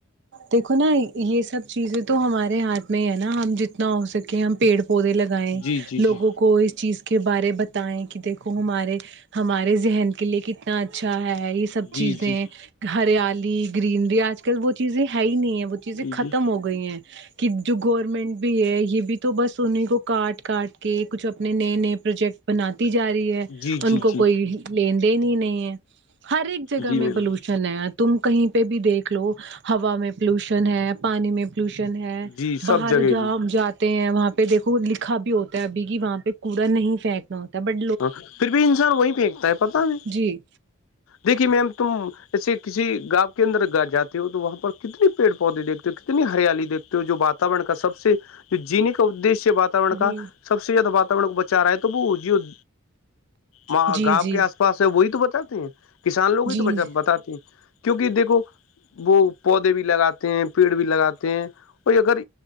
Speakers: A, on the right; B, on the left.
A: دیکھو نا یہ سب چیزیں تو ہمارے ہاتھ میں ہے نا ہم جتنا ہو سکے ہم پیڑ پودے لگ گائیں
B: جی جی جی
A: لوگوں کو اس چیز کے بارے بتائیں کہ دیکھو ہمارے ہمارے ذہن کے لیے کتنا اچھا ہے یہ سب
B: جی
A: چیزیں
B: جی جی
A: ہریالی گرینری آج کل وہ چیزیں ہے ہی نہیں ہے وہ چیزیں
B: جی
A: ختم ہو گئی گئی ہیں کہ جو گورنمنٹ بھی ہے یہ بھی تو بس انہیں کو کاٹ کاٹ کے کچھ اپنے نئے نئے پروجیکٹ بنات جا رہی ہے
B: جی
A: ان
B: جی
A: کو
B: جی
A: کوئی لین دین ہی نہیں ہے ہر ایک جگہ
B: جی
A: میں
B: میم
A: پلوشن ہے تم کہیں پہ بھی دیکھ لو ہوا میں پولوشن ہے پانی میں پولوشن ہے
B: جی سب
A: باہر
B: جگہ
A: جہاں
B: جی
A: جاتے ہیں وہاں پہ دیکھو لکھا بھی ہوتا ابھی کہ وہاں پہ کوڑا نہیں پھین نا ہو تابٹ
B: ہاں پھر بھی انسان وہی پھینکتا ہے پتا نہیں
A: جی
B: دیکھیے میم تم ایسے کسی گاؤ کے اندر گا جاتے ہو تو وہاں پر کتنے پیڑ پودے دے کتنی ہریالی دھتے ہو جو واتاورن کا سب سے جو جین کا ادش بات <unintelligible> وور
A: جی
B: کا سب سے زیادہ واتاورن کو بچا رہا ہے تو جیود ما
A: جی
B: گاؤں
A: جی
B: کے آس پاس ہے وہی تو بچاتے ہیں کسان لوگ
A: جی
B: ہی تو بچاتے ہیں کیونکہ دیکھو وہ پودے بھی لگاتے ہیں پیڑ بھی لگاتے ہیں اور اگر